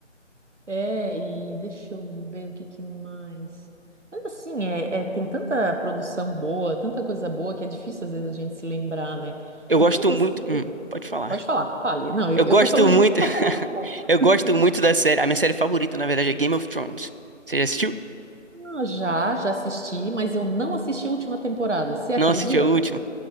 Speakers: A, on the right; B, on the right.
A: É, e deixa eu ver o que que mais. Mas assim, é, é- tem tanta produção boa, tanta coisa boa que é difícil às vezes a gente se lembrar, né?
B: Eu
A: O
B: gosto
A: que eu gostei.
B: muito. Hum, pode falar.
A: Pode falar, fale. Não, eu,
B: Eu
A: eu
B: gosto
A: tô falando
B: muito.
A: muito, tô
B: <laughs>
A: falando pouco.
B: Eu gosto muito da série. A minha série favorita, na verdade, é Game of Thrones. Você já assistiu?
A: Ah, já, já assisti, mas eu não assisti a última temporada, você acredita?
B: Não assistiu a última?